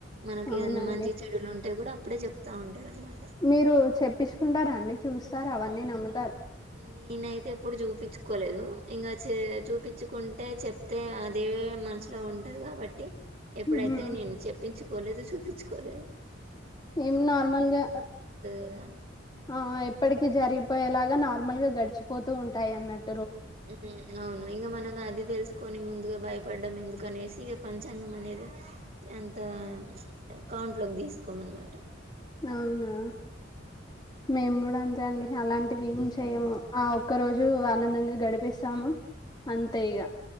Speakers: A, on the right; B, on the left.
A: మనకి
B: అవునండి
A: ఏదైనా మంచి చెడులు ఉంటే కూడా అప్పుడేజెప్త ఉంటారన్నమాట
B: మీరు చెప్పించుకుంటారండి చూస్తారావన్నీ నమ్ము
A: నేనైతే ఎప్పుడు చూపించుకోలేదు ఇంగ చే చూపించుకుంటే చెప్తే అదే మనస్ లో ఉంటదిగాబట్టి ఎప్పుడైతే
B: ఉమ్.
A: నేను చెప్పించుకోలేదు చూపించుకోలేదు
B: మేము నార్మల్గా
A: గదా అని.
B: ఆ-ఆ ఎప్పటికి జరిగిపోయేలాగా గ నార్మల్గా గడిచిపోతూ ఉంటాయన్నట్
A: హు మ్ అవును ఇంగ మనమది తెలుసు కొని ముందుగా భయపడ్డం ఎందుకనేసి ఇగ పంచాంగం అనేది అంత అకౌంట్లోకి తీసుకోమనమాట
B: అవునా మేమ్గుడ అంతెండి అలాంటివి ఏం చెయ్ము ఆ ఒక్క రోజు ఆనందంగా గడిపిస్తాము అంతే
A: హ్మ్
B: ఇగ